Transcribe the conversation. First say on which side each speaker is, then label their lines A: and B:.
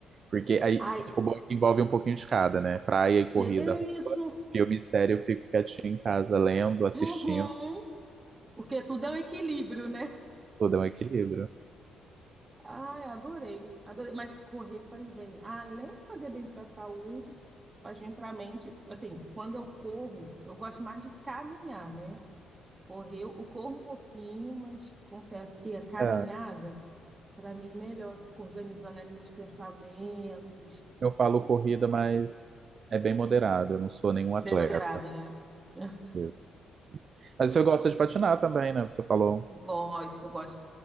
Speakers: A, on the right; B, on the right.
A: Porque aí,
B: Ai,
A: tipo, o bom é que envolve um pouquinho de cada, né? Praia e corrida,
B: ge- é
A: roupa,
B: isso!
A: filme e série, eu fico quietinho em casa lendo, assistindo,
B: Uhum. Porque tudo é um equilíbrio, né?
A: tudo é um equilíbrio.
B: Ai, adorei, adorei. Mas correr faz bem. Além de fazer bem para a saúde, faz bem para a mente. Assim, quando eu corro, eu gosto mais de caminhar, né? Correr, eu corro um pouquinho, mas confesso que a caminhada,
A: É,
B: para mim, é melhor. Eu fico organizando ali meus pensamentos.
A: eu falo corrida, mas é bem moderado, eu não sou nenhum atleta.
B: Bem moderado, né? <laughs>
A: mesmo. Mas você gosta de patinar também, né? Você falou,
B: Gosto, gosto.